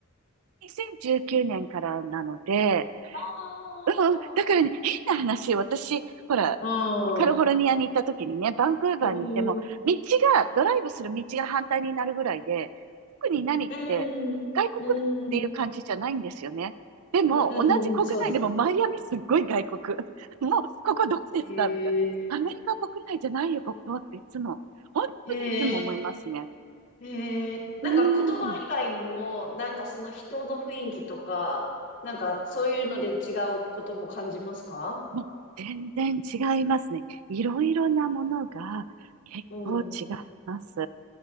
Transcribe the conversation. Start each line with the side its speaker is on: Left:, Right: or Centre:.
Right: 2019年からなので、
Left: あ
Right: うんうん、だからね、変な話、私、ほら、
Left: あ、
Right: カリフォルニアに行った時にね、
Left: うん。
Right: バンクーバーに行っても、
Left: うん。
Right: 道が、ドライブする道が反対になるぐらいで、特に何って、
Left: うん。
Right: 外国っていう感じじゃないんですよね。
Left: うん。
Right: でも、
Left: うん。うん。
Right: 同じ国内でもマイアミすっごい外国。
Left: うん。そうですね。
Right: <laughs> もう、ここどこですかみたいな。
Left: へえ。
Right: アメリカ国内じゃないよ、ここっていつも。本当にいつも思いますね。
Left: へえ。へえ。なんか言葉以外にも、
Right: うん。
Left: なんかその人の雰囲気とか、なんかそういうので違うことも感じますか
Right: もう全然違いますね。いろいろなものが結構違います。
Left: うん。